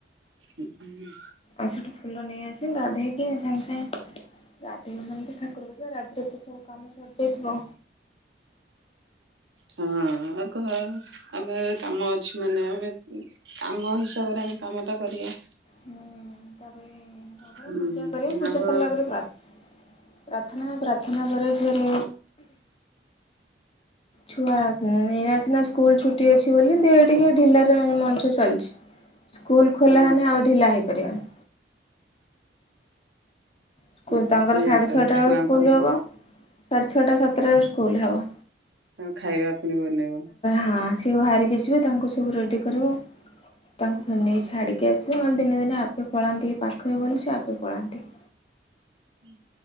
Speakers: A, on the right; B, on the left.
A: ହୁଁ ଉଁ ହୁଁ।
B: ଆଉ ସେଠୁ ଫୁଲ ନେଇ ଆସି ଗାଧେଇକି ସାଙ୍ଗେ ସାଙ୍ଗେ ଗାଧେଇକି ଗନେ ତ ଠାକୁର ପୂଜା। ରାତିରେ ତ ସବୁ କାମ ସରିଯାଇଥିବ।
A: ହଁ ଆ ଘ ଆମେ କାମ ଅଛି ମାନେ ଆମେ କାମ ହିସାବରେ ଆମେ କାମଟା କରିଆ।
B: ହୁଁ ତାପରେ ଅ ଧର
A: ହୁଁ
B: ପୂଜା କରିମି ପୂଜା
A: ଆପଣ
B: ସାରିଲା ପରେ ପ୍ରା ପ୍ରାର୍ଥନା ପ୍ରାର୍ଥନା ପରେ ଫେରେ ଛୁଆ ଉଁ ଏନା ସିନା ସ୍କୁଲ ଛୁଟି ଅଛି ବୋଲି ଦେ ଟିକେ ଢିଲାରେ ମଣିଷ ଚାଲିଚି। ସ୍କୁଲ ଖୋଲା
A: ହଁ
B: ହେନେ ଆଉ ଢିଲା ହେଇପାରିବନି। ସ୍କୁଲ
A: ହଁ
B: ତାଙ୍କର
A: ସେଇଆ
B: ସାଢେ
A: ତ
B: ଛଅଟା
A: ଛୁଆଙ୍କୁ
B: ଅଳୁ ସ୍କୁଲ ହବ। ସାଢେ ଛଅଟା ସାତଟାରେ ସ୍କୁଲ ହବ।
A: ତାଙ୍କ ଖାଇବା ପୁଣି ବନେଇବ।
B: ହଁ ସିଏ ବାହାରିକି ଯିବେ ତାଙ୍କୁ ସବୁ ରେଡ଼ି କରିମୁ ତାଙ୍କୁ ଫେର ନେଇ ଛାଡ଼ିକି ଆସିମୁ ନହେଲେ ଦିନେ ଦିନେ ଆପେ ପଳାନ୍ତି ପାଖରେ ବୋଲି ସିଏ ଆପେ ପଳାନ୍ତି।
A: ହୁଁ।